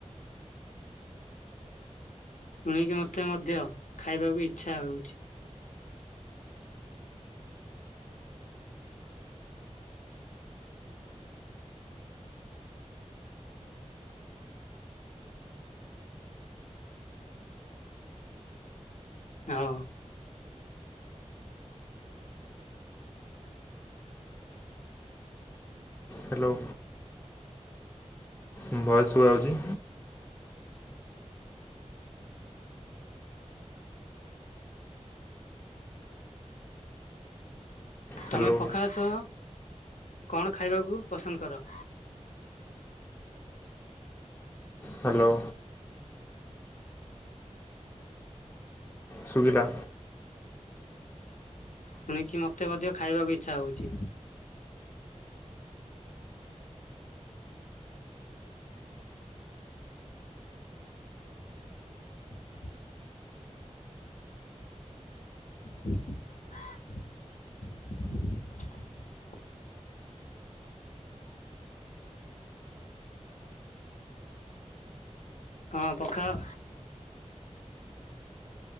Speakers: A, on the left; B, on the left.
A: ଶୁଣିକି ମତେ ମଧ୍ୟ ଖାଇବାକୁ ଇଚ୍ଛା ହଉଚି। ଅ ହ।
B: ହାଲୋ। ଉଁ ଭଏସ ଶୁଭାଯାଉଚି?
A: ତମେ
B: ହ୍ୟାଲୋ
A: ପଖାଳ ସହ କଣ ଖାଇବାକୁ ପସନ୍ଦ କର?
B: ହାଲୋ। ସୁୁଭିଲା?
A: ଶୁଣିକି ମୋତେ ମଧ୍ୟ ଖାଇବାକୁ ଇଚ୍ଛା ହଉଛି। <inaudible> <inaudible> ହଁ ପଖାଳ